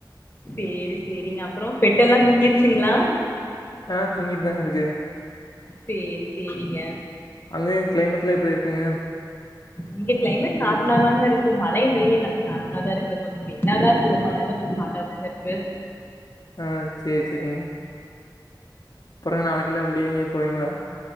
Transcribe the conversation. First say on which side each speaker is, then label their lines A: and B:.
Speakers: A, on the left (about 25°); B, on the left (about 55°).
A: சேரி சேரிங்க அப்பறோ பெட்டெல்லா தூங்கிருச்சுங்களா
B: ஆ தூங்கிட்டு தாங்க இருக்கு
A: சேரி சேரிங்க
B: அங்கயு கிளைமேட் எல்லா எப்டி இருக்குங்க
A: இங்க கிளைமேட் நார்மலா தாங்க இருக்கு மழையு இல்லங்க நார்மலா தா இருக்கு கொஞ்சோ வெயிலாதா இருக்கு ரொம்ப நாளா கொஞ்ச அதாங்க இருக்கு
B: ஆ சேரி சேரிங்க அப்றோ நாளைக்குல்லா வெளிய எங்கயு போறீங்களா